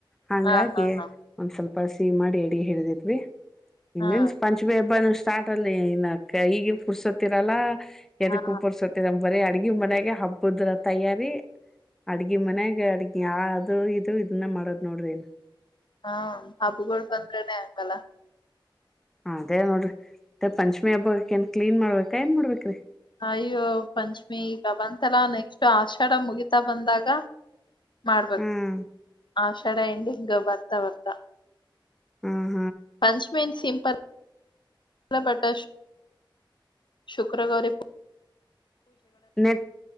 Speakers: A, in the centre; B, on the left.
A: ಹಂಗಾಗಿಒಂದ್
B: ಹಾ ಹಾ ಹಾ
A: ಸ್ವಲ್ಪಸ ಮಾಡಿ ಎಡಿ ಹಿಡಿದಿದ್ವಿ
B: ಹಾ
A: ಇನ್ನಿನ್ ಪಂಚಮಿ ಹಬ್ಬಾನ ಸ್ಟಾರ್ಟ್ ಅಲ್ಲಿ ಇನ್ನಕ್ಕ ಈಗ ಕುರ್ಸತ್ತಿರಲ್ಲ ಎದ
B: ಹಾ
A: ಕುೂಪರ್ಸತಿ ನಮ್ ಬರೀ ಅಡ್ಗ ಮನ್ಯಾಗ ಹಬ್ಬದ್ರ ತಯಾರಿ ಅಡ್ಗಿ ಮನ್ಯಾಗ ಅಡ್ಗಿ ಯ ಅದು ಇದು ಇದನ್ನ ಮಾಡೋದ್ ನೋಡ್ರಿ ನು
B: ಹಾ ಹಾಬುಗಳು ಬಂದ್ರನೆ ಹಂಗಲ್ಲ
A: ಅದೇ ನೋಡ್ರಿ ಮತ್ತೆ ಪಂಚಮಿ ಹಬ್ಬಕ್ಕೆ ಏನ್ ಕ್ಲೀನ್ ಮಾಡ್ಬೇಕಾ ಏನ್ ಮಾಡ್ಬೇಕ್ರಿ
B: ಅಯ್ಯೋ ಪಂಚ್ಮಿ ಈಗ ಬಂತರಾ ನೆಕ್ಸ್ಟ್ ಆಷಾಢ ಮುಗೀತಾ ಬಂದಾಗ ಮಾಡ್ಬೇಕ
A: ಹ್ಮ್
B: ಆಷಡ ಎಂಡಿಂಗ್ ಬರ್ತಾ ಬರ್ತ
A: ಹ್ಮ
B: ಪಂಚ್ಮೆಂ ಸಿಂಪಲ್ ಕಲಪಟ್ಟ ಶುಕ್ರಗರೆ
A: ನೆ